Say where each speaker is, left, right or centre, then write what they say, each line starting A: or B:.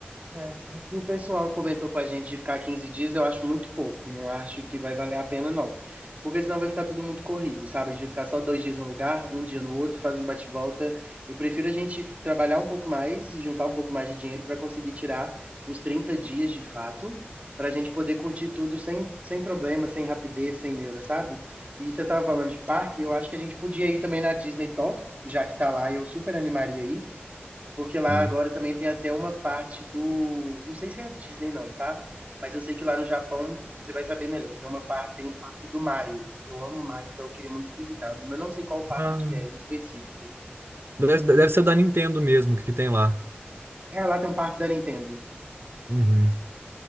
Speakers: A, on the right; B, on the right.
A: É, o que o pessoal comentou com a gente de ficar 15 dias, eu acho muito pouco. Não acho que vai valer a pena, não. Porque senão vai ficar tudo muito corrido, sabe? De ficar só dois dias num lugar, um dia no outro, fazer um bate-volta. Eu prefiro a gente trabalhar um pouco mais, juntar um pouco mais de dinheiro para conseguir tirar os 30 dias de fato, para a gente poder curtir tudo sem, sem problema, sem rapidez, sem neura, sabe? E você estava falando de parque, eu acho que a gente podia ir também na Disney Tokyo, já que tá lá, e eu super animaria aí. Porque lá
B: Sim.
A: agora também tem até uma parte do. Não sei se é a Disney, não, tá? Mas eu sei que lá no Japão você vai saber melhor. Tem uma parte, tem um parque do Mario. Eu amo o Mario, então eu queria muito visitar. Mas não sei qual parque
B: Ah,
A: que é em específico.
B: deve, deve ser o da Nintendo mesmo que tem lá.
A: É, lá tem um parque da Nintendo.
B: Uhum.